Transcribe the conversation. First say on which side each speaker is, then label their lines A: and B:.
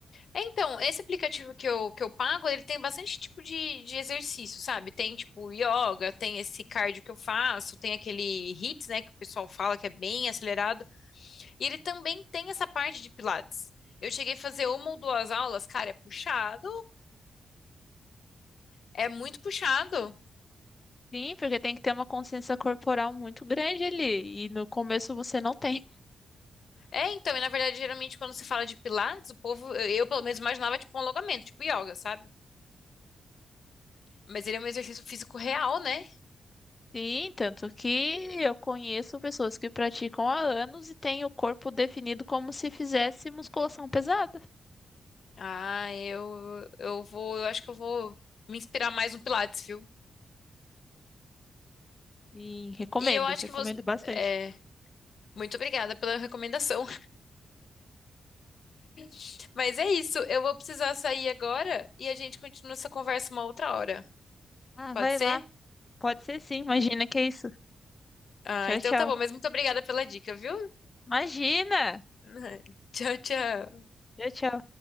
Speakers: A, on the left (about 65°); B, on the left (about 30°).
A: é, então, esse aplicativo que eu, que eu pago, ele tem bastante tipo de, de exercício, sabe? Tem tipo yoga, tem esse cardio que eu faço, tem aquele HIIT, né, que o pessoal fala que é bem acelerado. E ele também tem essa parte de Pilates. Eu cheguei a fazer uma ou duas aulas, cara, é puxado. É muito puxado.
B: Sim, porque tem que ter uma consciência corporal muito grande ali. E no começo você não tem.
A: É, então, e na verdade, geralmente quando se fala de Pilates, o povo, eu, eu, pelo menos imaginava tipo um alongamento, tipo yoga, sabe? Mas ele é um exercício físico real, né?
B: Sim, tanto que eu conheço pessoas que praticam há anos e têm o corpo definido como se fizesse musculação pesada.
A: Ah, eu eu vou, eu acho que eu vou me inspirar mais no Pilates, viu?
B: E recomendo,
A: E eu acho
B: recomendo
A: que você
B: bastante.
A: é, muito obrigada pela recomendação. <laughs> Mas é isso, eu vou precisar sair agora e a gente continua essa conversa uma outra hora.
B: Ah,
A: Pode
B: vai
A: ser?
B: lá. Pode ser sim. Imagina que é isso.
A: Ah,
B: Tchau,
A: então
B: tchau.
A: tá bom, mas muito obrigada pela dica, viu?
B: Imagina!
A: <laughs> Tchau, tchau.
B: Tchau, tchau.